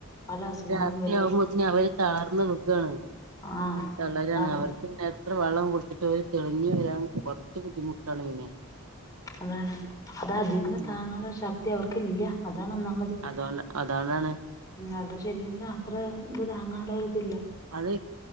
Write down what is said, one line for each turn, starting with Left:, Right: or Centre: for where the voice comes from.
Left: പല അസുഖങ്ങളും
Right: രാത്രി
Left: വരാണ്
Right: ആകുമ്പോത്തന അവര് തളർന്ന് വീഴാണ് തളരാണ്
Left: ആഹ്
Right: തളരണ്
Left: അതാണ്
Right: അവർക്ക് അത്ര വെള്ളം കൊടുത്തിട്ട് പോലും തെളിഞ് വരാൻ കുറച്ച് ബുദ്ധിമുട്ടാണ് പിന്നെ
Left: അതാണ് അത അധികന് താങ്ങാനുള്ള
Right: ആഹ്
Left: ഒരു ശക്തി അവർക്ക് ഇല്ല താണ് ഒന്നാമത്,
Right: അതോണ്ട് അതോണ്ടാണ്
Left: കുഞ്ഞങ്ങടെ ശരീരത്തിന് അത്ര ത്തു താങ്ങാൻ ണത്തില്ല
Right: അത്